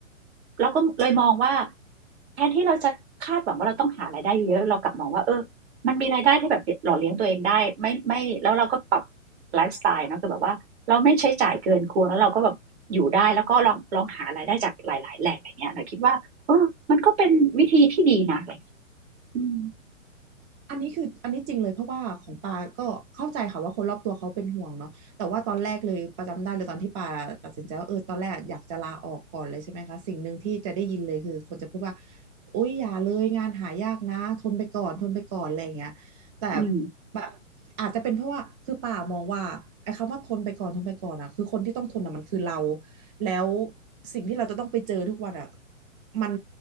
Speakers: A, on the right; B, on the right.
A: เราก็เลยมองว่าแทนที่เราจะคาดหวังว่าเราต้องหารายได้เยอะเรากลับมองว่าเออมันมีรายได้ที่แบบหล่อเลี้ยงตัวเองได้ไม่ไม่แล้วเราก็ปรับไลฟ์สไตล์เนาะคือแบบว่าเราไม่ใช้จ่ายเกินควรแล้วเราก็แบบอยู่ได้แล้วก็ลองลองหารายได้จากหลายๆแหล่งอย่างเงี้ยหน่อยคิดว่าเออมันก็เป็นวิธีที่ดีนะอะไรอย่างเงี้ยอืม
B: อันนี้คืออันนี้จริงเลยเพราะว่าของปาก็เข้าใจค่ะว่าคนรอบตัวเขาเป็นห่วงเนาะแต่ว่าตอนแรกเลยประจำได้เลยตอนที่ปาตัดสินใจว่าเออตอนแรกอยากจะลาออกก่อนเลยใช่ไหมคะสิ่งหนึ่งที่จะได้ยินเลยคือคนจะพูดว่าโอ๊ยอย่าเลยงานหายากนะทนไปก่อนทนไปก่อนอะไรอย่างเงี้ยแต่
A: อืม
B: แบบอาจจะเป็นเพราะว่าคือปามองว่าไอ้คำว่าทนไปก่อนทนไปก่อนอะคือคนที่ต้องทนอะมันคือเราแล้วสิ่งที่เราจะต้องไปเจอทุกวันอะมัน